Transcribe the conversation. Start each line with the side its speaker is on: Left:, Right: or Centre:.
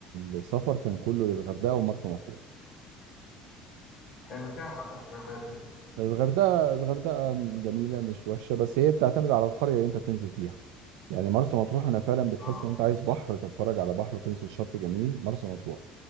Right: السفر كان كله للغردقة ومرسى مطروح
Left: حلو كده الغردقه شويه طيب كده
Right: الغردقة الغردقة جميلة مش وحشة بس هي بتعتمد على القرية اللي انت بتنزل فيها يعني مرسى مطروح انا فعلا بتحس
Left: اه
Right: ان انت عايز بحر تتفرج على بحر وتنزل شط جميل مرسى مطروح